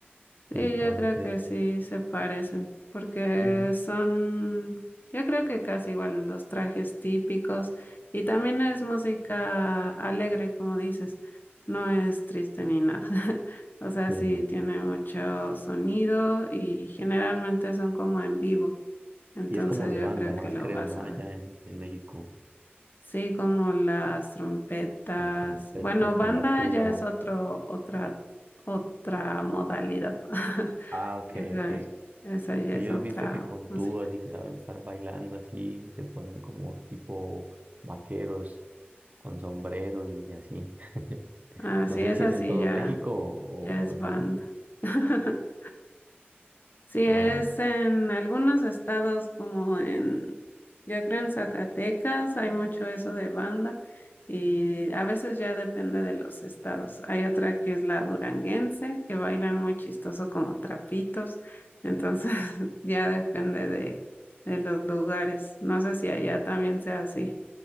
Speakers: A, on the right; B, on the left.
A: Entonces,
B: Sí, yo creo que sí se parecen, porque
A: Ujú.
B: son, yo creo que casi iguales los trajes típicos y también es música alegre, como dices, no es triste ni nada. <laughs> O sea,
A: eh,
B: sí tiene mucho sonido y generalmente son como en vivo, entonces
A: y es como de
B: yo
A: banda
B: creo
A: más,
B: que lo
A: creo,
B: vas
A: ¿no?
B: a
A: Allá
B: ver.
A: en, en México.
B: Sí, como las trompetas.
A: Con trompetas,
B: Bueno, banda
A: con la tuba.
B: ya es otro, otra, otra modalidad. <laughs>
A: Ah, ok,
B: Esa,
A: ok.
B: esa ya
A: Que
B: es
A: yo
B: otra
A: he visto que con
B: música.
A: tubas y que saben estar bailando así, se ponen como tipo vaqueros con sombrero y así. <laughs>
B: Así
A: No sé
B: es,
A: si
B: así
A: es en todo
B: ya,
A: México o,
B: ya
A: o
B: es
A: es
B: banda.
A: en...
B: <laughs> Sí, es
A: Ah,
B: en algunos estados como en, yo creo en Zacatecas hay mucho eso de banda y a veces ya depende de los estados. Hay otra que es la duranguense, que bailan muy chistoso como trapitos, entonces <laughs> ya depende de, de los lugares. No sé si allá también sea así.